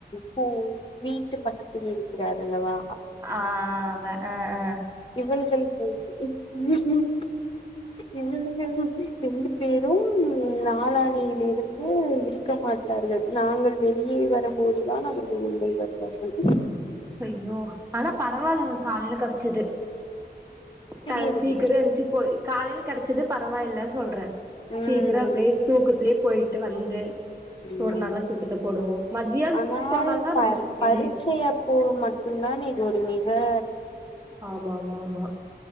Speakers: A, on the left; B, on the right.
A: கூ வீட்டு பக்கத்தில் இருக்கிறார் அல்லவா
B: ஆ வே ஹெ ஹ
A: இவள்கள்கு ம் ம் இவளுங்க ரெண்டு பேரு நாளான்னைல இருந்து இருக்க மாட்டார்கள் நாங்கள் வெளியே வரம்போதுதான் அவர்கள் உள்ளே வருவார்கள்
B: அய்யோ ஆனா பரவால்லங்க காலைல கெடச்சுது
A: புரியவில்லை
B: த சீக்கிரொ எழுஞ்ச்சு போய் காலைல கெடச்சுது பரவாயில்ல சொல்றேன்
A: ம்
B: சீக்கரம் அப்டியே தூக்கத்திலே போயிட்டு வந்து
A: உம்
B: ஒரு நல்ல தூக்கத்த போடுவோ மதியான்
A: ஆனால்
B: போனாதா நம்மளுக்கு
A: பரிட்சை அப்போ மட்டும் தான் இது ஒரு மி வே
B: ஆமா ஆமா ஆமா